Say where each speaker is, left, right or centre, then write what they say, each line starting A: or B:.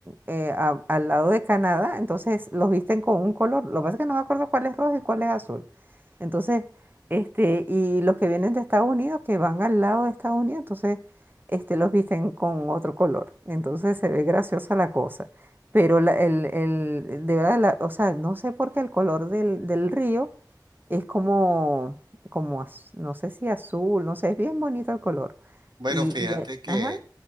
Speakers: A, on the right; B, on the right.
A: eh, a- al lado de Canadá, entonces los visten con un color. Lo que pasa es que no me acuerdo cuál es rojo y cuál es azul. Entonces, este, y los que vienen de Estados Unidos, que van al lado de Estados Unidos, entonces, este, los visten con otro color. Entonces se ve graciosa la cosa. Pero la- el, el- de verdad, la- o sea, no sé por qué el color del, del río es como, como, az- no sé si azul, no sé, es bien bonito el color.
B: Bueno,
A: Y,
B: fíjate
A: y,
B: que,
A: ajá,